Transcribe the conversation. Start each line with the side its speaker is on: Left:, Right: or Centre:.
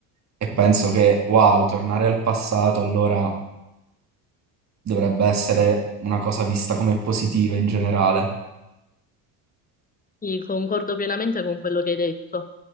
Right: e penso che, wow, tornare al passato allora dovrebbe essere una cosa vista come positiva in generale.
Left: Quindi concordo pienamente con quello che hai detto.